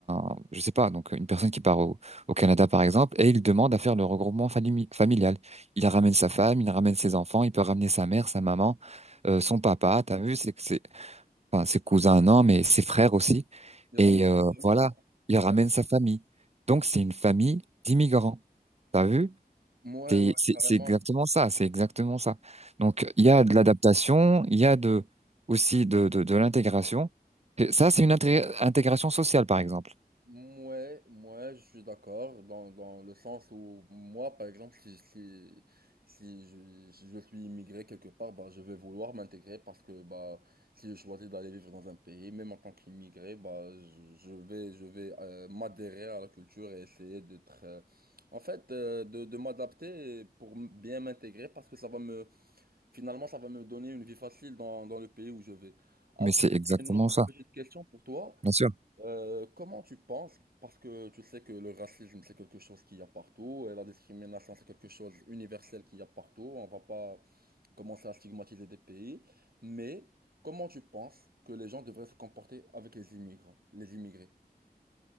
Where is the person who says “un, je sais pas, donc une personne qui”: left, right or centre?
Right